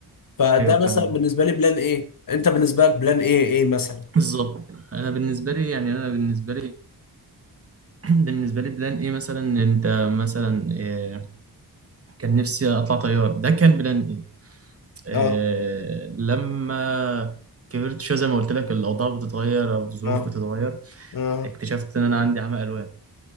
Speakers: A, on the left; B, on the right.
A: فده
B: ايوه فاهمة
A: مثلا بالنسبه لي بلان ايه انت بالنسبه لك بلان ايه ايه مثلا
B: بالظبط انا بالنسبة لي يعني انا بالنسبة لي <clears throat> بالنسبة لي بلان ايه مثلا انت مثلا إيه كان نفسي اطلع طيار ده كان بلان آه،
A: اه
B: لما كبرت شوية زي ما قلت لك الأوضاع بتتغير أو الظروف
A: اه
B: بتتغير
A: اه
B: اكتشفت إن أنا عندي عمى ألوان